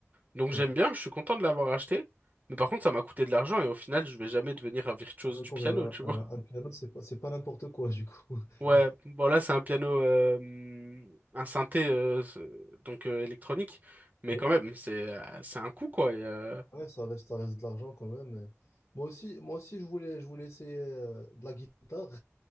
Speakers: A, on the right; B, on the left.
A: Donc
B: ouais.
A: j'aime bien, je suis content de l'avoir acheté. Mais par contre, ça m'a coûté de l'argent et au final, je vais jamais devenir un virtuose
B: Ah, mais
A: du
B: quand
A: piano,
B: même, un,
A: tu vois.
B: un- un piano, c'est pas, c'est pas n'importe quoi du coup. <laughs>
A: Ouais, bon là c'est un piano, euh, hum, un synthé euh, ce- donc euh, électronique, mais
B: Ouais,
A: quand même c'est euh, c'est un coup quoi. et, euh,
B: ouais, ça reste, ça reste de l'argent quand même. Moi aussi, moi aussi, je voulais, je voulais essayer euh, de la guitare.